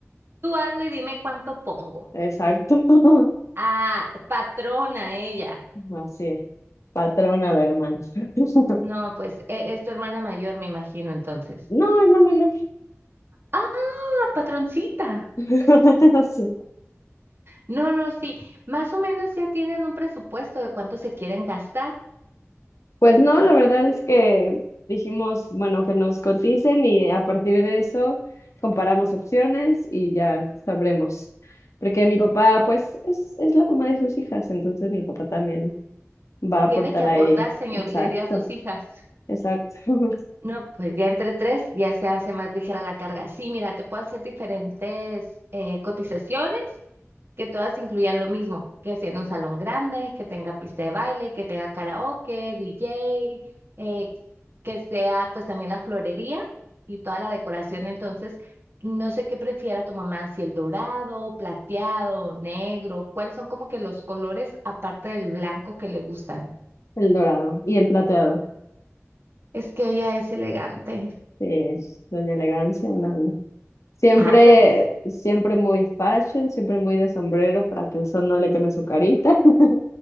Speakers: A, on the right; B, on the left.
A: tú hazlo y dime cuánto pongo.
B: Exacto. <laughs>
A: Ah, patrona ella.
B: Así es. Patrona la hermana. <laughs>
A: No, pues e- es tu hermana mayor, me imagino, entonces.
B: No, es la menor.
A: Ah, patroncita.
B: <laughs> Sí.
A: No, no, sí. Más o menos ya tienen un presupuesto de cuánto se quieren gastar.
B: Pues no, la verdad es que dijimos, bueno, que nos coticen y a partir de eso comparamos opciones y ya sabremos. Porque mi papá, pues, es, es la mamá de sus hijas, entonces mi papá también va a aportar
A: Tiene que aportar,
B: ahí.
A: señor,
B: Exacto,
A: le dio a sus hijas.
B: exacto. <laughs>
A: No, pues ya entre tres ya se hace más ligera la carga. Sí, mira, te puedo hacer diferentes eh, cotizaciones que todas incluyan lo mismo, que sea en un salón grande, que tenga pista de baile, que tenga karaoke, DJ, eh, que sea pues también la florería y toda la decoración. Entonces, no sé qué prefiera tu mamá, si el dorado, plateado, negro, cuáles son como que los colores aparte del blanco que le gustan.
B: El dorado y el plateado.
A: Es que ella es elegante.
B: Sí, es Doña Elegancia andando. Siempre,
A: Ah, perfecto.
B: siempre muy fashion, siempre muy de sombrero para que el sol no le queme su carita. <laughs>